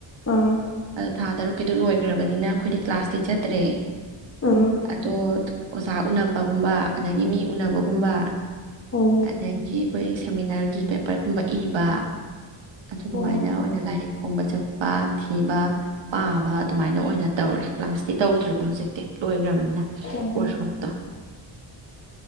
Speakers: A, on the left; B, on the right.
A: ꯑꯥ
B: ꯑ ꯊꯥ ꯇꯔꯨꯛ꯫ ꯀꯤꯗꯨ ꯂꯣꯏꯈ꯭ꯔꯕꯅꯤꯅ ꯑꯩꯈꯣꯏꯗꯤ ꯀ꯭ꯂꯥꯁꯇꯤ ꯆꯠꯇ꯭ꯔꯦ꯫
A: ꯑꯥ
B: ꯑꯗꯣ ꯑꯣꯖ꯫ ꯎꯅꯕꯒꯨꯝꯕ ꯑꯗꯒꯤ ꯃꯤ ꯎꯅꯕꯒꯨꯝꯕ꯫
A: ꯑꯣ
B: ꯑꯗꯒꯤ꯫ ꯑꯩꯈꯣꯏ ꯁꯦꯃꯤꯅꯥꫪꯒꯤ ꯄꯦꯄꫪꯒꯨꯝꯕ ꯏꯕ꯫ ꯑꯗꯨꯃꯥꯏꯅ
A: ꯑꯣ
B: ꯑꯣꯏꯅ ꯂꯥꯏꯔꯤꯛ꯫ ꯐꯣꯡꯕ ꯆꯠꯄ ꯊꯤꯕ ꯄꯥꯕ ꯑꯗꯨꯃꯥꯏꯅ ꯑꯣꯏꯅ ꯇꯧꯔꯦ ꯀ꯭ꯂꯥꯁꯇꯤ ꯇꯧꯗ꯭ꯔꯦꯕ ꯍꯧꯖꯤꯛꯇꯤ ꯂꯣꯏꯈ꯭ꯔꯕꯅꯤ꯫ ꯅ
A: ꯑꯣ
B: ꯀꫭꫪꯁꯕꯨꯛꯇꫭ꯫